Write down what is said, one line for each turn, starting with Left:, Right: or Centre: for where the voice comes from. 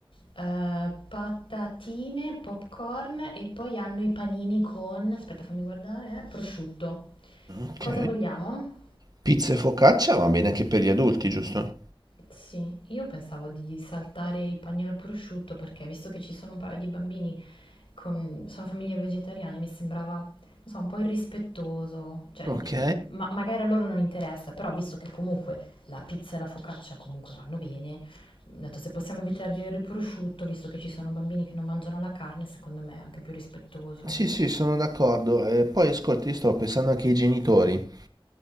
Left: eh, patatine, popcorn e poi hanno i panini con, aspetta fammi guardare, eh, prosciutto.
Right: Ok.
Left: Cosa vogliamo?
Right: Pizza e focaccia va bene anche per gli adulti, giusto?
Left: Sì, io pensavo di saltare il panino al prosciutto perché visto che ci sono un paio di bambini con- sono famiglie vegetariane, mi sembrava, non so, un po' irrispettoso, cioè,
Right: Ok.
Left: eh, ma- magari a loro non interessa, però visto che comunque la pizza e la focaccia comunque vanno bene, ho detto se possiamo evitare di avere il prosciutto, visto che ci sono bambini che non mangiano la carne, secondo me è anche più rispettoso.
Right: Sì, sì, sono d'accordo. Eh, poi ascolti, io stavo pensando anche ai genitori.